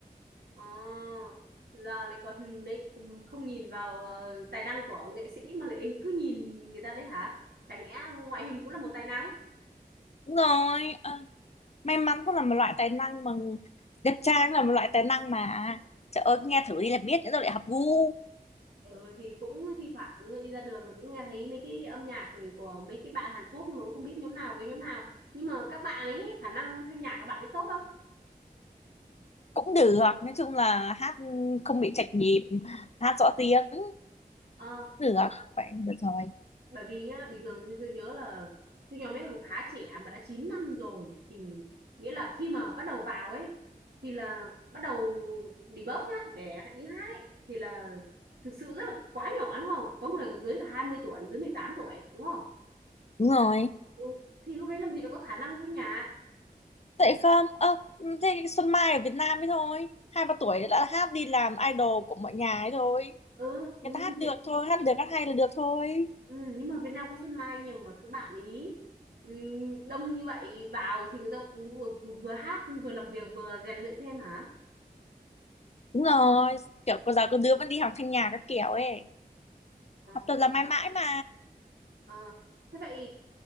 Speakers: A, on the right (about 85°); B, on the left (about 45°).
A: Ờ, giờ lại còn đấy không, không nhìn vào ờ, tài năng của nghệ sĩ mà lại cứ nhìn người ta đấy hả? Chẳng nhẽ ngoại hình cũng là một tài năng?
B: đúng rồi ờ. may mắn cũng là một loại tài năng mà đẹp trai là một loại tài năng mà à, trời ơi nghe thử đi là biết nữa rồi lại học gu
A: Ừ, thì cũng thi thoảng người đi ra đường là cũng nghe thấy mấy cái âm nhạc của mấy cái bạn Hàn Quốc mà cũng không biết nhóm nào với nhóm nào nhưng mà các bạn ấy khả năng thanh nhạc các bạn ấy tốt đâu
B: cũng được nói chung là hát không bị chạch nhịp hát rõ tiếng cũng
A: Ờ
B: được vậy được rồi
A: bởi vì nhá bình thường như tôi nhớ là tôi nhóm mấy thằng khá trẻ mà đã 9 năm rồi thì nghĩa là khi mà bắt đầu vào ấy thì là bắt đầu debug nhá để đi hát ấy thì là thực sự rất là quá nhỏ đúng không có người còn dưới cả hai mươi tuổi dưới 18 tuổi đúng không
B: đúng rồi
A: ừ. thì lúc đấy làm gì đâu có khả năng thanh nhạc
B: tại không ơ ừ, thế Xuân Mai ở Việt Nam ấy thôi hai ba tuổi đã hát đi làm idol của mọi nhà ấy thôi
A: ừ, ừ,
B: người ta hát
A: Việt-
B: được thôi hát được hát hay là được thôi
A: ừ, nhưng mà Việt Nam có Xuân Mai nhưng mà các bạn ý ừ, đông như vậy vào thì người ta cũng vừa, vừa hát vừa làm việc vừa rèn luyện thêm hả
B: đúng rồi kiểu bây giờ có đứa vẫn đi học thanh nhạc các kiểu ấy
A: À.
B: học tập là mãi mãi mà
A: Ờ, thế vậy